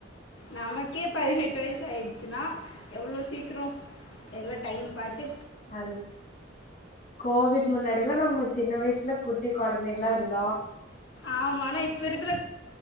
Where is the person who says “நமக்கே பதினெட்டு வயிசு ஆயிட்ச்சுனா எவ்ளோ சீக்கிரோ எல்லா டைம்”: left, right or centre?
Left